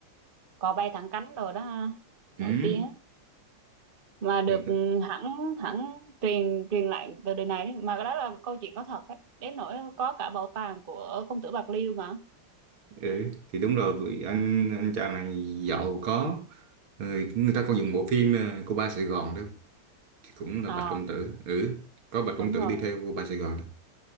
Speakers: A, on the right (about 35°); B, on the right (about 70°).
A: cò bay thẳng cánh rồi đó ha
B: ừ.
A: nổi tiếng mà được
B: Hiện tại,
A: ừ, hẳn hẳn truyền truyền lại từ đời này đến- mà cái đó là câu chuyện có thật đấy đến nỗi có cả bảo tàng của công tử Bạc Liêu mà
B: ừ. thì đúng rồi vì anh anh chàng này giàu có ừ. người ta còn dùng bộ phim ờ, cô ba Sài Gòn đó thì cũng là
A: ờ
B: Bạch Công Tử ừ. có Bạch Công
A: đúng
B: Tử
A: rồi
B: đi theo cô ba Sài Gòn đó